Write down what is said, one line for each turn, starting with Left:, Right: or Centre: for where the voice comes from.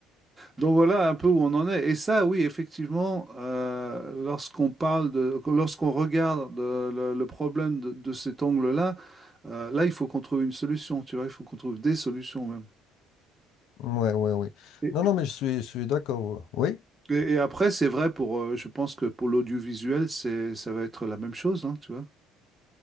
Right: Donc voilà un peu où on en est. Et ça, oui, effectivement, euh, lorsqu'on parle de, lorsqu'on regarde euh, le, le problème de, de cet angle-là, euh, là, il faut qu'on trouve une solution, tu vois, il faut qu'on trouve des solutions même.
Left: Ouais, ouais, oui.
Right: Et,
Left: Non, non, mais je suis, je suis d'accord. ouais. Oui?
Right: et- et après, c'est vrai pour, euh, je pense que pour l'audiovisuel, c'est, ça va être la même chose, hein, tu vois.